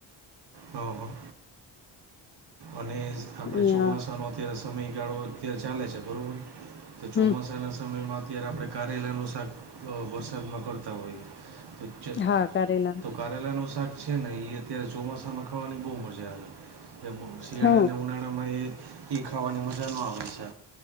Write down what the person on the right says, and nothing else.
ઓહ અને આપડે
ચોમાસાનો અત્યારે સમયગાળો અત્યારે ચાલે છે બરોબર તો ચોમાસાના
સમયમાં અત્યારે આપણે કારેલાનુ શાક વરસાદ કરતા હોઈએ પુ્છન
તો <inaudible> કારેલા નું શાક છે ને અત્યારે ચોમાસામાં ખાવાની બહ મજા આવે શિયાળાને
ઉનાળામાં એ એ ખાવાની મજા ન આવે છે